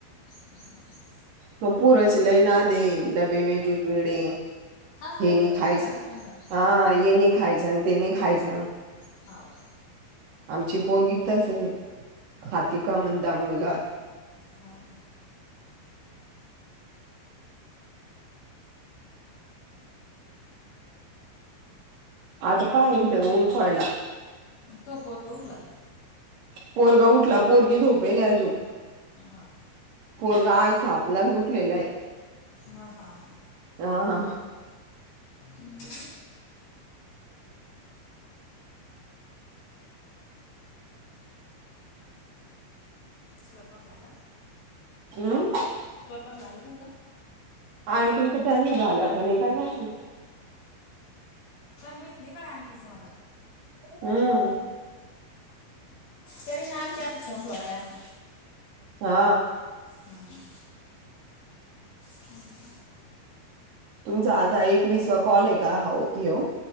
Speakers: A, on the left (about 65°); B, on the right (about 75°).
A: हा <inaudible>
B: मग पुूरची लय ना दे डबे वेगवेगळे
A: हा वेगवेगळेच
B: हे नाही खायच
A: द्यायला लागत त्यांना
B: हा ये नाही खायच ते नाही खायच
A: हाव
B: आमची पोरगी त अस हातिका म्हण दांगळू जात
A: हां
B: अ प इथ ऊन पाडला
A: तोपोरग उटठ लाग
B: पोरगा उठला पोरगी झोपेल आजू
A: हा
B: पोरग आज सातला फ उठलेला आहे
A: हा हा हा
B: ह
A: हम् स्वयपाक झाला?
B: उम्म.
A: स्वयपाक झाला तुझा?
B: आंटी तर त्यांनी झाला का नाही काय माहिती
A: काय माहित नाही गड्या आंटीचं मला
B: हम्
A: तरी नाम त्यात फोन थोड्या वेळा ना
B: हा
A: हम् हम्म
B: तुमचा आधा एकवीस वा कॉल आहे का ये